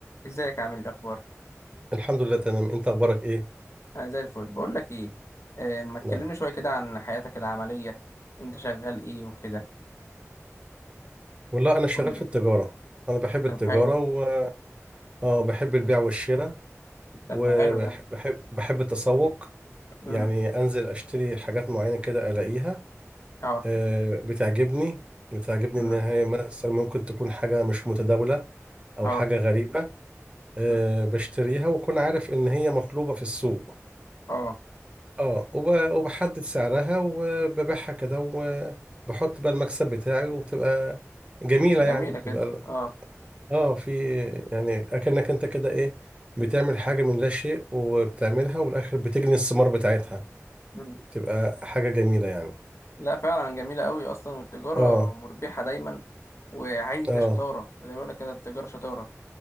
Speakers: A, on the left; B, on the right.
A: ازيك عامل ايه الاخبار
B: الحمد لله تمام انت اخبارك ايه
A: انا زي الفل بقول لك ايه آه، ما تكلمني
B: نعم
A: شويه كده عن حياتك العمليه انت شغال ايه وكده
B: والله انا شغال
A: قول لي
B: في التجاره انا بحب
A: طب
B: التجاره
A: حلو
B: و اه بحب البيع
A: مم.
B: والشراء
A: طب
B: وبحب
A: ما حلو ده
B: بحب التسوق
A: امم
B: يعني انزل اشتري حاجات معينه كده الاقيها
A: اه
B: آه، بتعجبني بتعجبني
A: امم
B: ان هي مثلا ممكن تكون حاجه مش متداوله او
A: اه
B: حاجه غريبه آه،
A: مم.
B: بشتريها واكون عارف ان هي مطلوبه في السوق
A: اه
B: اه وب- وبحدد سعرها وببيعها كده وبحط بقى المكسب بتاعي وبتبقى جميلة
A: جميله
B: يعني
A: كده
B: يبقى
A: اه
B: اه في يعني اكنك انت كده ايه بتعمل حاجة من لا شيء وبتعملها والاخر بتجني الثمار بتاعتها
A: مم.
B: تبقى حاجة جميلة يعني
A: لا فعلا جميله قوي اصلا والتجاره
B: اه
A: مربحه دايما وعايزه
B: اه
A: شطاره زي ما بيقول لك كده التجاره شطاره